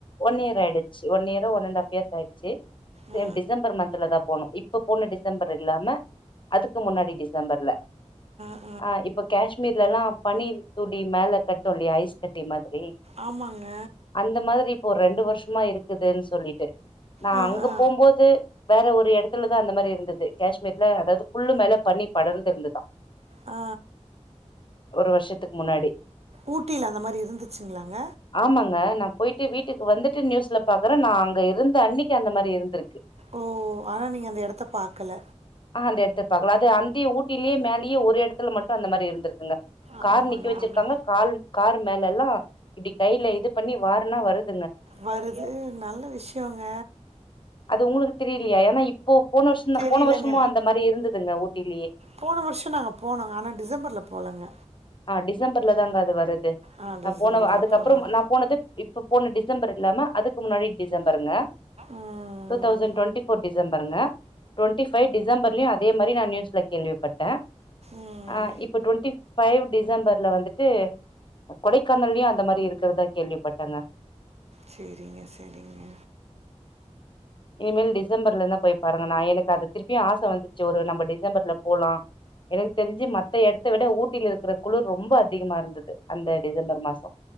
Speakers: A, on the left (about 45°); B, on the right (about 60°).
A: ஒன் இயர் ஆயிடுச்சி ஒன் இயரோ ஒன் அண்ட் ஆப் இயர்ஸ் ஆயிட்ச்சு
B: ஆ, ஆ,
A: சேம் டிசம்பர் மந்த்ல தா போனு இப் இப்ப போன டிசம்பர் இல்லாம அதுக்கு முன்னாடி டிசம்பர்ல
B: ஆ
A: அ இப்ப கேஷ்மீர்லலா பனி துளி மேல கட்டு இல்லியா ஐஸ் கட்டி மாதிரி
B: ஆமாங்க
A: அந்த மாதிரி இப்போ ஒரு ரெண்டு வருஷ்மா இருக்குதுன் சொல்லிட்டு நா
B: ஆ,
A: அங்க
B: ஆ,
A: போம்போது வேற ஒரு எடத்துலதா அந்த மாரி இருந்தது கேஷ்மீர்ல அதாது புல்லு மேல பனி படர்ந்து இருந்துதா
B: ஆ
A: ஒரு வர்ஷத்துக் முன்னாடி
B: ஊட்டில அந்த மாரி இருந்துச்சுங்ளாங்க
A: ஆமாங்க நா போய்ட்டு வீட்டுக்கு வந்துட்டு நியூஸ்ல பாக்கற நா அங்க இருந்த அன்னைக்கி அந்த மாரி இருந்திருக்கு
B: ஓ ஆனா நீங்க அந்த எடத்த பாக்கல
A: ஆ அந்த எடத்த பாக்கல அத அந்திய ஊட்டிலியே மேலயே ஒரு எடத்துல மட்டு அந்த மாரி இருந்துர்க்குங்க
B: ஆமாங்க,
A: கார் நிக்க வச்சிர்க்காங்க
B: ஆமா.
A: கால் கார் மேலலா இப்டி கையில இது பண்ணி வார்னா வருத்
B: வருது நல்ல விஷ்யோங்க
A: அது உங்களுக்கு தெரியிலியா ஏனா இப்போ போன வருஷோ தா
B: தெரியலங்க.
A: போன வருஷமு அந்த மாரி இருந்துதுங்க ஊட்டிலியே
B: போன வருஷோ நாங்க போனங்க ஆனா டிசம்பர்ல போலங்க
A: ஆ டிசம்பர்ல தாங்க அது வருது
B: ஆ
A: நா
B: டிசம்பர்ல
A: போன வ அதுக்கப்பற
B: போலங்க.
A: நா போனது இப்ப போன டிசம்பர் இல்லாம அதுக்கு முன்னாடி டிசம்பருங்க
B: ம்,
A: டூ தௌசண் டுவெண்டி ஃபோர் டிசம்பருங்க டுவெண்டி ஃபைவ் டிசம்பர்லயு அதே மாரி நா நியூஸ்ல கேள்விப்பட்ட
B: ம்.
A: ஆ இப்ப டுவெண்டி ஃபைவ் டிசம்பர்ல வந்துட்டு கொடைக்கானலயு அந்த மாரி இருக்கறதா கேள்விப்பட்டங்க
B: செரிங்க செரிங்க
A: இனிமேல் டிசம்பர்லனா போய் பாருங்க நா எனுக்கு அத திருப்பியு ஆச வந்துச்சி ஒரு நம்ப டிசம்பர்ல போலா எனக்கு தெரிஞ்சி மத்த எடத்த விட ஊட்டில இருக்கற குளுர் ரொம்ப அதிகமா இருந்தது அந்த டிசம்பர் மாசோ